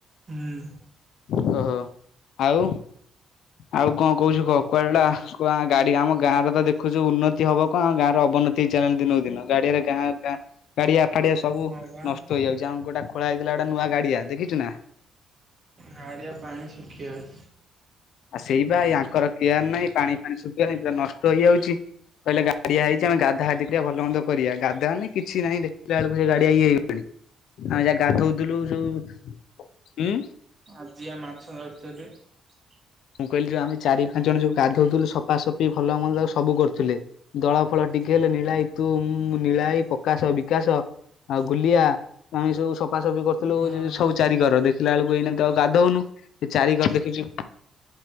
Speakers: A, on the right; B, on the left.
A: ହୁଁ
B: ଓହୋ ଆଉ ଆଉ କଣ କହୁଛୁ କ କୁଆଡେ ଗୋଟେ ଆ କ ଗାଡି ଆମ ଗାଁରେ ତ ଦେଖୁଛୁ ଉନ୍ନତି ହବ କଣ ଆମ ଗାଁରେ ଅବନତି ହେଇ ଚାଲ ଦିନକୁ ଦିନ ଗାଡିଆରେ ଗାଁ ଗାଁ ଗାଡିଆ ଫାଡିଆ ସବୁ
A: ହଁ ବା
B: ନଷ୍ଟ ହେଇଯାଉଛି ଆମ ଗୋଟେ ଖୋଳା ହେଇଥିଲା ଗୋଟେ ନୂଆ ଗାଡିଆ ଦେଖିଛୁ ନା
A: ଗାଡିଆ ପାଣି ଶୁଖି ଆଉଛି ।
B: ଆଉ ସେଇ ବା ଆଙ୍କର କେୟାର ନାହିଁ ପାଣିଫାଣି ଶୁଖି ନା ପୁରା ନଷ୍ଟ ହେଇଯାଉଛି । କହିଲେ ଗାଡିଆ ହେଇଛି ଆମେ ଗାଧା ପା ଭଲମନ୍ଦ କରିବା ଗାଧାମାନେ କିଛି ନାହିଁ ଦେଖିଲା ବେଳକୁ ସେ ଗାଡିଆ ଇଏ ହେଇଗଲାଣି । ଆମେ ଯାହା ଗାଧଉଥିଲୁ ସବୁ ହୁଁ
A: ଆଜିଆ ମାଛ ଧରୁଥୁଲି ।
B: ମୁଁ କହିଲି ଯୋ ଆମେ ଚାରି ପାଞ୍ଚ ଜଣ ଯୋଉ ଗାଧଉଥିଲୁ ସଫାସଫି ଭଲମନ୍ଦ ସବୁକରୁଥିଲେ ଦଳ ଫଳ ଟିକେ ଲେ ନୀଳଭାଇ ତୁ ନୀଳଭାଇ ପ୍ରକାଶ ବିକାଶ ଆଉ ଗୁଲିଆ ଆମେସବୁ ସ ସଫା ସବୁ ବି କରିୁଥିଲୁ
A: ହଁ
B: ଯ ସବୁ ଚାରିିକର ଦେଖିଲା ବେଳକୁ ଏଇନାାଇ ତ ଆଉ ଗାଧଉନୁ ସେ ଚାରିିକର ଦେଖୁଛୁ